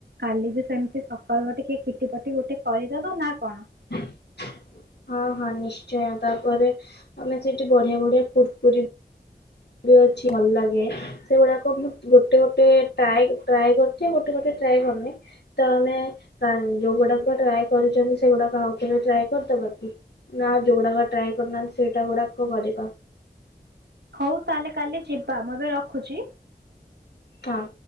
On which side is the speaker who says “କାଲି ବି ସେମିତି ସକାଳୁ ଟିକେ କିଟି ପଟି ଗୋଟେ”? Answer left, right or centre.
Right